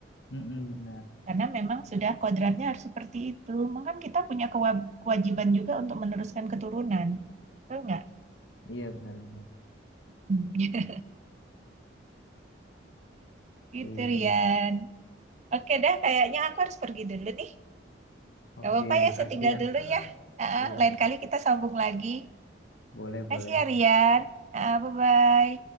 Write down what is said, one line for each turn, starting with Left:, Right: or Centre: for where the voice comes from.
Left: Mm-mm, benar.
Right: Karena memang sudah kodratnya harus seperti itu. Mungkin kita punya kewajiban juga untuk meneruskan keturunan. Betul nggak? <laughs>
Left: Iya benar-benar.
Right: Hmm. Gitu,
Left: Oke,
Right: Rian.
Left: thank-
Right: Oke dah, kayaknya aku harus pergi dulu nih.
Left: Oke,
Right: Gak apa-apa ya,
Left: makasih
Right: saya tinggal
Left: ya,
Right: dulu
Left: Kak.
Right: ya. Ah, ah,
Left: Iya,
Right: lain kali kita sambung lagi.
Left: boleh-boleh.
Right: Makasih ya Rian. Ah, bye-bye.